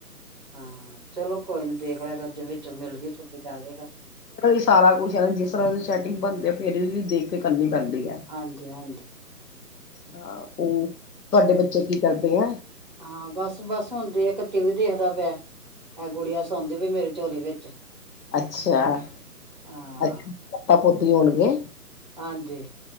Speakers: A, on the right; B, on the left.
A: ਹਾਂ ਚਲੋ ਕੋਈ ਨੀ ਦੇਖ- ਲਿਆ ਕਰ ਜੇ ਵਿੱਚੋਂ ਮਿਲ ਗਈ ਛੁੱਟੀ ਤੇ ਆ ਜਾਏਗਾ
B: ਸਾਰਾ ਕੁਛ ਹੈ ਜਿਸ ਤਰ੍ਹਾਂ ਉਹਦੀ ਸੈਟਿੰਗ ਬਣਦੀ ਆ ਫੇਰ ਹੀ। ਵੀ ਦੇ ਕੇ ਕਰਨੀ। ਪੈਂਦੀ ਹੈ।
A: ਹਾਂਜੀ-ਹਾਂਜੀ।
B: ਹਾਂ ਉਹ ਤੁਹਾਡੇ ਬੱਚੇ ਕੀ ਕਰਦੇ ਐ?
A: ਹਾਂ, ਬਸ ਬਸ ਹੁਣ ਦੇਖ ਟੀਵੀ ਦੇਖਦਾ ਪਿਆ ਐ ਗੁੜੀਆਂ ਸੌਂਦੀ ਪਈ ਮੇਰੇ ਝੋਲੀ ਵਿੱਚ।
B: ਅੱਛਾ-ਅੱਛਾ,
A: ਹਾਂ
B: ਪੋਤਾ ਪੋਤੀ ਹੋਣਗੇ।
A: ਹਾਂਜੀ